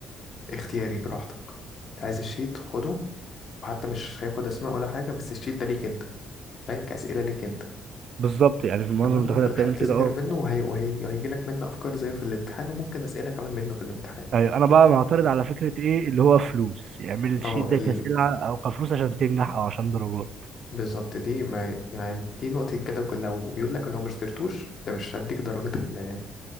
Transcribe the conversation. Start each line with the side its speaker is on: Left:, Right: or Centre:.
Left: اختياري براحتك أنت عايز الشيت خده وحتى مش هياخد أسماء ولا حاجة بس الشيت ده ليك أنت بنك أسئلة ليك أنت
Right: بالظبط يعني في المنظمه
Left: تمام
Right: المتحده
Left: وفي الاخر
Right: بتعمل
Left: تذاكر
Right: كده اه
Left: منه وهي... وهي... وهيجي لك منه افكار زيه في الامتحان وممكن اسئله كمان منه في الامتحان
Right: ايوه انا بقى معترض على فكره ايه اللي هو فلوس يعمل الشيت
Left: اه
Right: ده
Left: ال...
Right: كسلعه او كفلوس عشان تنجح او عشان درجات
Left: بالظبط دي ما يعني دي نقطه الجدل كلها ويقول لك لو ما اشتريتوش ده مش هديك درجه ال...